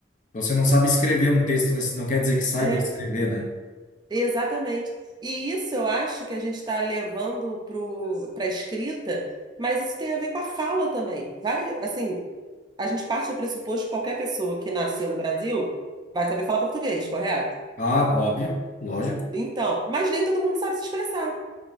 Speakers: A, on the left; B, on the right.
A: Você não sabe escrever um texto, nesse, não quer dizer que saiba
B: É,
A: escrever, né?
B: Exatamente. E isso eu acho que a gente está levando para a escrita, mas isso tem a ver com a fala também. Várias, assim, a gente parte do pressuposto que qualquer pessoa que nasceu no Brasil vai saber falar português, correto?
A: Ah, óbvio, lógico.
B: Então, mas nem todo mundo sabe se expressar.